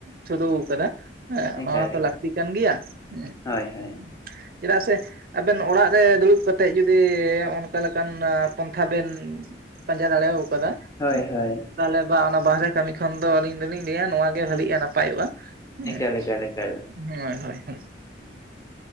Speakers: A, on the right; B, on the left.
A: ᱥᱩᱨᱩ ᱠᱟᱫᱟ ᱾ ᱦᱮᱸ,
B: ᱮᱠᱟᱞ
A: ᱱᱚᱣᱟᱛᱚ
B: ᱮᱠᱟᱞ
A: ᱞᱟᱹᱠᱛᱤ ᱠᱟᱱ ᱜᱮᱭᱟ, ᱦᱮᱸ
B: ᱦᱳᱭ ᱦᱳᱭ
A: ᱾ ᱪᱮᱫᱟᱜ ᱥᱮ ᱟᱵᱮᱱ ᱚᱲᱟᱜ ᱨᱮ ᱫᱩᱲᱩᱵ ᱠᱟᱛᱮᱫ ᱡᱩᱫᱤ ᱚᱱᱠᱟᱞᱮᱠᱟᱱ ᱯᱚᱱ ᱛᱷᱟ ᱵᱮᱱ ᱯᱟᱸᱡᱟ ᱫᱟᱲᱮᱣ ᱠᱟᱫᱟ ᱾
B: ᱦᱳᱭ, ᱦᱳᱭ ᱾
A: ᱛᱟᱦᱚᱞᱮ ᱵᱟ ᱚᱱᱟ ᱵᱟᱦᱨᱮ ᱠᱟᱹᱢᱤ ᱠᱷᱚᱱ ᱫᱚ ᱟᱹᱞᱤᱧ ᱫᱚᱞᱤᱧ ᱞᱟᱹᱭᱟ ᱱᱚᱣᱟ ᱜᱮ ᱵᱷᱟᱹᱞᱤᱜᱼᱟ, ᱱᱟᱯᱟᱭᱚᱜᱼᱟ ᱾ ᱦᱮᱸ,
B: ᱮᱠᱟᱞ ᱮᱠᱟᱞ ᱮᱠᱟᱞ
A: ᱦᱳᱭ ᱦᱳᱭ ᱦᱳᱭ, ᱦᱮ!